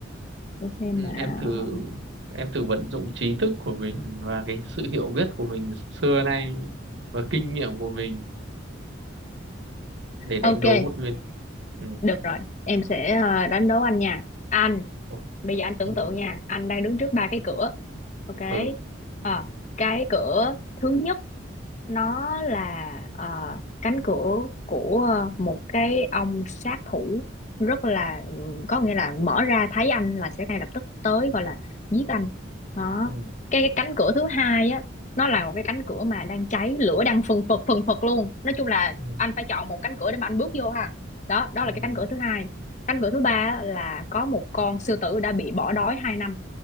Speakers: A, on the left (about 40°); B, on the right (about 70°).
A: Để xem
B: ừ,
A: nào.
B: em thử em thử vận dụng trí thức của mình và cái sự hiểu biết của mình xưa nay và kinh nghiệm của mình để đánh
A: Ok,
B: đố một người Ừ.
A: được rồi, em sẽ ờ, đánh đố anh nha. Anh
B: Ồ,
A: bây giờ anh tưởng
B: ừ.
A: tượng nha anh đang đứng trước ba cái cửa ok
B: ừ
A: Ờ, cái cửa thứ nhất nó là ờ, cánh cửa của một cái ông sát thủ rất là có nghĩa là mở ra thấy anh là sẽ ngay lập tức tới gọi là giết anh đó
B: Ừ.
A: cái, cái cánh cửa thứ hai á nó là một cái cánh cửa mà đang cháy lửa đang phừng phực phừng phực luôn nói chung là
B: Ừ.
A: anh phải chọn một cánh cửa để mà anh bước vô ha đó đó
B: Ừ.
A: là
B: Ừ.
A: cái cánh cửa thứ hai anh gửi thứ ba á, là có một con sư tử đã bị bỏ đói hai năm